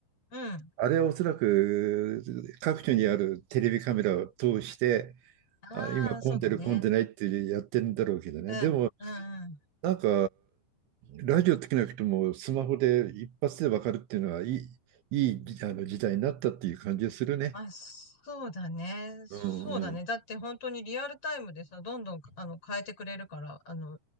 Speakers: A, on the left; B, on the right.
A: うん。
B: あれはおそらく各所にあるテレビカメラを通して、
A: ああ、
B: あ、今混んでる混んでないってやってるんだろうけどね。
A: そうだね。うん、
B: でも
A: うん、うん。
B: なんか、ラジオつけなくてもスマホで一発でわかるっていうのはいい、いいあの時代になったっていう感じがするね。
A: あ、そうだね。そうだね。
B: うんうん。
A: だって本当にリアルタイムでさ、どんどんあの変えてくれるから、あの、